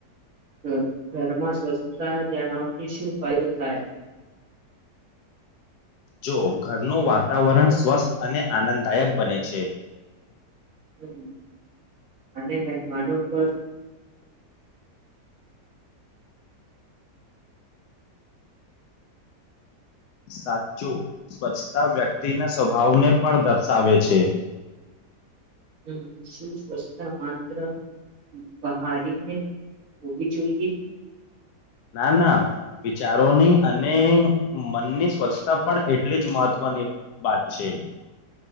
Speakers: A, on the right (about 55°); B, on the left (about 70°).
A: હમ્મ ઘરમાં સ્વચ્છતા જાણાવને શું ફાયદો થાય,
B: જો ઘરનું વાતાવરણ સ્વસ્થ અને આનંદદાયક બને છે,
A: હમ્મ અને મેહેમાનો પર
B: સાચો સ્વચ્છતા વ્યક્તિના સ્વભાવને પણ દર્શાવે છે.
A: હમ્મ સુસ્વચ્છતા માત્ર બહારીને હોવી જોઈએ,
B: ના ના વિચારોની અને મનની સ્વચ્છતા પણ એટલી જ મહત્વની વાત છે,